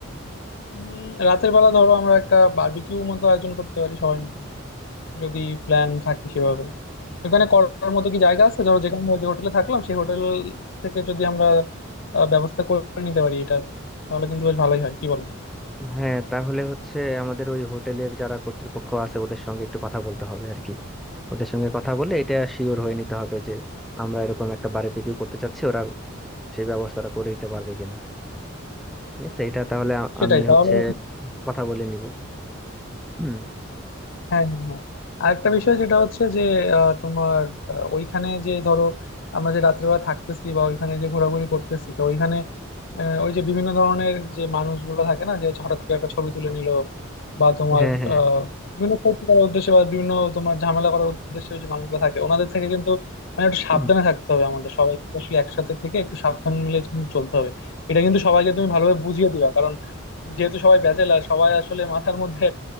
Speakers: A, on the left; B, in the centre.
A: উম, রাতের বেলা ধরো আমরা একটা বারবিকিউ মতো আয়োজন করতে পারি সবাই মিলে যদি প্ল্যান থাকে সেভাবে ওখানে করার মতো কি জায়গা আছে ধরো যেখানে যে হোটেলে থাকলাম সেই হোটেল থেকে যদি আমরা আহ, ব্যবস্থা করে নিতে পারি এটার তাহলে কিন্তু বেশ ভালোই হয় কি বলবো
B: হ্যাঁ তাহলে হচ্ছে আমাদের ওই হোটেলের যারা কর্তৃপক্ষ আছে ওদের সঙ্গে একটু কথা বলতে হবে আর কি ওদের সঙ্গে কথা বলে এটা শিওর হয়ে নিতে হবে যে আমরা এরকম একটা বার্বিকিউ করতে চাচ্ছি ওরা সেই ব্যবস্থাটা করে দিতে পারবে কিনা ঠিক আছে এটা তাহলে আ-
A: সেটাই
B: আমি
A: তাহলে
B: হচ্ছে কথা বলে নিব হুম
A: হ্যাঁ হ্যাঁ হ্যাঁ আরেকটা বিষয় যেটা হচ্ছে যে আহ, তোমার আহ, ওইখানে যে ধরো আমরা যে রাত্রেবেলা থাকতেছি বা ওইখানে যে ঘোরাঘুরি করতেছি তো ওইখানে আহ, ওই যে বিভিন্ন ধরনের যে মানুষগুলো থাকে না যে হচ্ছে হঠাৎ করে একটা ছবি তুলে নিল বা তোমার
B: হ্যাঁ হ্যাঁ
A: আহ বিভিন্ন ক্ষতি করার উদ্দেশ্যে বা বিভিন্ন তোমার ঝামেলা করার উদ্দেশ্যে যে মানুষগুলো থাকে ওনাদের থেকে কিন্তু মানে একটু সাবধানে
B: হুম,
A: থাকতে হবে আমাদের সবাইকে আসলে একসাথে থেকে একটু সাবধান মিলে চলতে হবে এটা কিন্তু সবাইকে তুমি ভালোভাবে বুঝিয়ে দিবা কারণ যেহেতু সবাই ব্যাচেলার সবাই আসলে মাথার মধ্যে